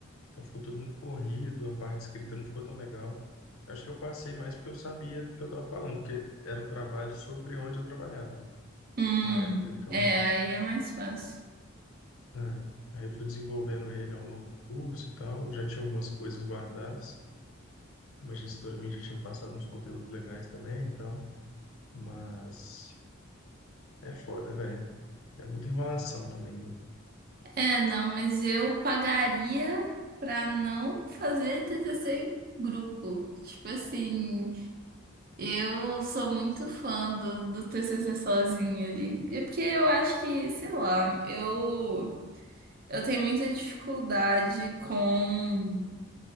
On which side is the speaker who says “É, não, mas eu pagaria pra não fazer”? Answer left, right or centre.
Right